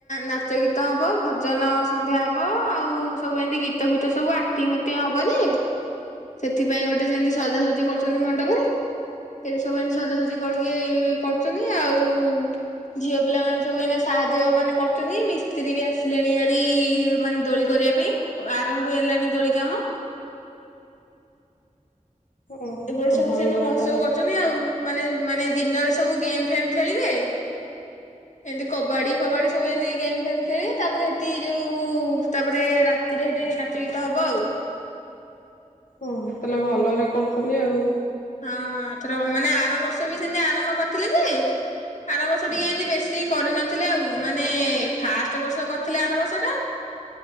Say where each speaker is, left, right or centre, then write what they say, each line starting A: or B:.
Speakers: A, on the left (about 60°); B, on the left (about 85°).
A: ନାଚ ଗୀତ ହବ ଭଜନ ସନ୍ଧ୍ୟା ହବ ଆଉ ସବୁ ଏମିତି ଗୀତ ଫ ସବୁ ଆକ୍ଟିଂ ଫାକ୍ଟିଂ ହବ ଯେ ସେଥିପାଇଁ ଗୋଟେ ସେମିତି ସଜାସଜି କର ମଣ୍ଡପରେ ସେ ସବୁ ସଜାସଜି କରିକି କରୁଛନ୍ତି ଆଉ ଝିଅ ପିଲାମାନୋନେ ସବୁ ଏ ସାହାଯ୍ୟ ମାନେ କରୁଛନ୍ତି ମିସ୍ତ୍ରୀ ବି ଆସିଲେଣି ଭାରି ମାନେ ଦୋଳି କରିବା ପାଇଁ। ଆରମ୍ଭ ହେଲାଣି ଦୋଳି କାମ।
B: ଓହୋ
A: ଏବେଟ ସବୁ
B: ଭଲରେ
A: ସେନି ମହୋତ୍ସବ
B: ତାହେଲେ
A: କରୁଛନ୍ତି। ଆଉ ମାନେ ମାନେ ଦିନରେ ସବୁ ଗେମ୍ ଫେମ ଖେଳିବେ। ଏମିତି କବାଡି ଫବାଡି ସବୁ ଏମିତି ଗେମ୍ ଫେମ ଖେଳେ ତାପରେ ସେଠି ଯୋଉ ତାପରେ ରା ରାତିରେ ହେଇଠି ନାଚ ଗୀତ ହେବ ଆଉ।
B: ଓ ତାହଲେ ଭଲରେ କରୁଛନ୍ତି ଆଉ।
A: ହଁ ଏଥର ମାନେ ଆର ବର୍ଷ ବି ସେନି ଆରମ୍ଭ କରିଥିଲେ ଯେ ଆର ବର୍ଷ ଟିକେ ଏମତି ବେଶୀ କରିନଥିଲେ ଆଉ ମାନେ ଫାଷ୍ଟ ବର୍ଷ କରିଥିଲେ ଆର ବର୍ଷ ଟା